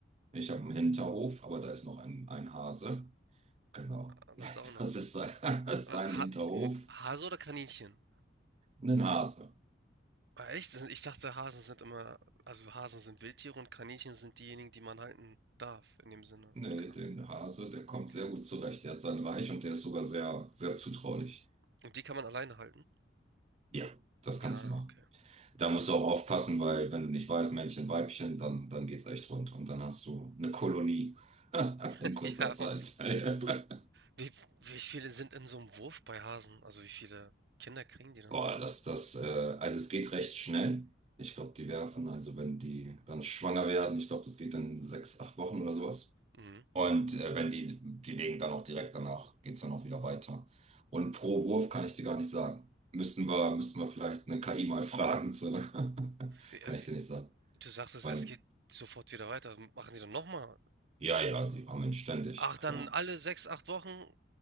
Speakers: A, on the right; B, on the right.
A: Ich habe einen Hinterhof, aber da ist noch ein, ein Hase. Genau.
B: ah,
A: <laughs>
B: das auch noch?
A: Das ist sein, <laughs> das ist
B: Äh,
A: sein
B: Ha
A: Hinterhof.
B: M- Hase oder Kaninchen?
A: Ein Hase.
B: Ah, echt? Sind- Ich dachte, Hasen sind immer, also Hasen sind Wildtiere und Kaninchen sind diejenigen, die man halten darf in dem Sinne
A: Nee,
B: und kann.
A: den Hase, der kommt
B: Okay.
A: sehr gut zurecht. Der hat sein Reich und der ist sogar sehr, sehr zutraulich.
B: Und die kann man alleine halten?
A: Ja, das kannst
B: Ja,
A: du machen.
B: okay.
A: Da musst du auch aufpassen, weil wenn du nicht weißt, Männchen, Weibchen, dann, dann geht's echt rund. Und dann hast du eine Kolonie <laughs>
B: <laughs>
A: in kurzer
B: Ja,
A: Zeit.
B: ups.
A: <laughs>
B: wie, wie viele sind in so einem Wurf bei Hasen? Also wie viele Kinder kriegen die dann?
A: Boah, das, das, äh, also es geht recht schnell. Ich glaube, die werfen, also wenn die dann schwanger werden, ich glaube, das geht dann sechs, acht Wochen oder sowas.
B: Mhm.
A: Und äh, wenn die, die legen dann auch direkt danach, geht's dann auch wieder weiter. Und pro Wurf kann ich dir gar nicht sagen. Müssten wir, müssten wir vielleicht eine KI mal fragen. Zu. <laughs>
B: Wie-
A: Kann
B: also
A: ich
B: wie-
A: dir nicht sagen.
B: Du sagtest,
A: Weil,
B: es geht sofort wieder weiter. Machen die dann nochmal?
A: ja, ja, die rammen ständig,
B: Ach,
A: klar.
B: dann alle sechs, acht Wochen?